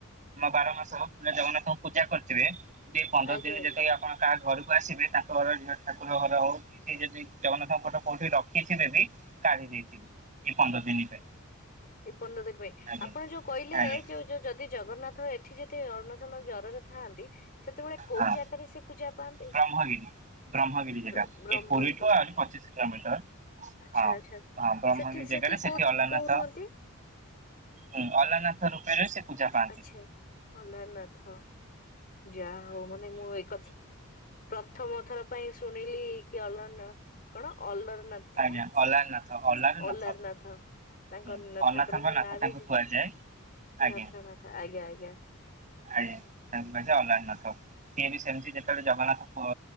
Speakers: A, on the right; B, on the left.
A: ବାର ମାସ ପ ଜଗନ୍ନାଥଙ୍କୁ ପୂଜା କରିଥିବେ ଦ ପନ୍ଦର
B: ଆଜ୍ଞା
A: ଦିନ
B: ଆଜ୍ଞା
A: ଯେତିେକି ଆପଣ କାହା ଘରକୁ ଆସିବେ ତାଙ୍କ ଘର ଝିଅ ଠାକୁର ଘର ହଉ କି ସେ ଯଦି ଜଗନ୍ନାଥଙ୍କ ଫଟୋ କୋଉଠି ରଖିଥିବେ ବି କାଡି ଏଇ ପନ୍ଦର ଦିନ ପାଇଁ।
B: ପନ୍ଦର ଦିନ ପାଇଁ
A: ଆଜ୍ଞା
B: ଆପଣ ଯୋଉ କହିଲେ
A: ଆଜ୍ଞା
B: ଯୋଉ ଯୋଉ ଯଦି ଜଗନ୍ନାଥ ଏଠି ଯି ଅର୍ଣସନ ଜରେ ଥାଆନ୍ତି ସେତେବେଳେ କୋଉ
A: ହଁ
B: ଜାଗାରେ ସେ ପୂଜା ପାଆନ୍ତି?
A: ବ୍ରହ୍ମଗିରି ବ୍ରହ୍ମଗିରି ଜାଗା
B: ବ୍ର ବ୍ରହ୍ମଗିରି
A: ଏ ପୁରୀଠୁ ଆହୁରି ପଚିଶ କିଲୋମିଟର।
B: ଆଚ୍ଛା
A: ହଁ
B: ଆଚ୍ଛା।
A: ହଁ ବ୍ରହ୍ମବ
B: ସେଠି
A: ଜାଗାରେ ସେଠି
B: କୋଉ
A: ଅଲାନାଥ
B: କୋଉ ରୁହନ୍ତି
A: ହଁ ଅଲାନଥ ରୂପ ର ସେ ପୂଜା ପାଆନ୍ତି।
B: ଆଛା ଓଲରନାଥ। ଯା ହଉ ମାନେ ମୁଁ ଏକଥା। ପ୍ରଥମ ଥର ପାଇଁ ଶୁଣିଲି କି ଅର କଣ ଅଲରନାଥ
A: ଆଜ୍ଞା
B: ନା?
A: ଅଲାରନାଥ ଅଲାରନାଥ।
B: ଅଲାର ନାଥ ତାଙ୍କ
A: ହୁଁ ଅନାଥଙ୍କ
B: ଠାକୁରଙ୍କ
A: ନାଥ
B: ନାଁ
A: ତାଙ୍କୁ
B: ବି ଯେ
A: କୁହାଯାଏ ଆଜ୍ଞା।
B: <unintelligible> ଆଜ୍ଞା ଆଜ୍ଞା।
A: ଆଜ୍ଞା ତାଙ୍କ ବାଯେ ଅଲାକନାଥ। ସିଏ ବି ସେମିତି ଯେତେବେଳେ ଜଗନ୍ନାଥ